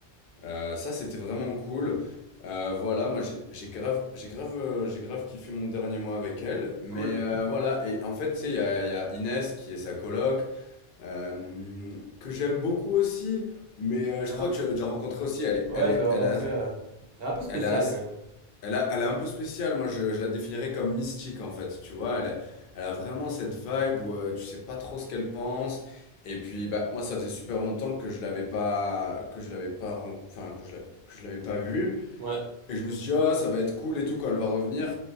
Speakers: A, on the left (about 60°); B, on the right (about 70°).
A: Euh, ça, c'était vraiment cool. Euh, voilà, moi j'ai j'ai grave, j'ai grave, euh, j'ai grave kiffé mon dernier mois avec elle. Mais
B: Cool.
A: euh, voilà, et en fait, tu sais, il y a, il y a Inès qui est sa coloc, euh, que j'aime beaucoup aussi. Mais euh, je
B: Elle
A: crois
B: a-
A: que je l'avais déjà rencontrée aussi. Elle, est-
B: Ouais,
A: elle, est-
B: je l'avais rencontrée.
A: elle a,
B: euh, Elle est un peu spéciale
A: elle a,
B: quand même.
A: elle, a- elle est un peu spéciale, moi je, je la définirais comme mystique en fait, tu vois, elle, elle a vraiment cette vibe où euh, tu sais pas trop ce qu'elle pense, et puis bah, moi ça faisait super longtemps que je l'avais pas, que je l'avais pas, ren- enfin que je la- que je l'avais pas vue,
B: Ouais.
A: et je me suis dit ah ça va être cool et tout quand elle va revenir,